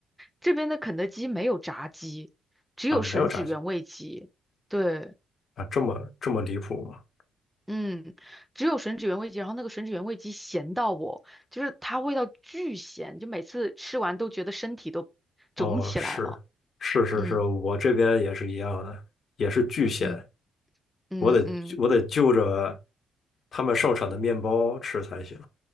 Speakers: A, in the centre; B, on the left.
A: 这边的肯德基没有炸鸡，只有吮指原味鸡。
B: 啊，没有炸鸡
A: 对，
B: 啊，这么这么离谱吗？
A: 嗯，只有吮指原味鸡，然后那个吮指原味鸡咸到我，就是它味道巨咸，就每次吃完都觉得身体都肿起来了。
B: 哦，是是是是，
A: 嗯
B: 我这边也是一样的，也是巨鲜，
A: 嗯。嗯嗯，
B: 我得我得就着他们盛产的面包吃才行。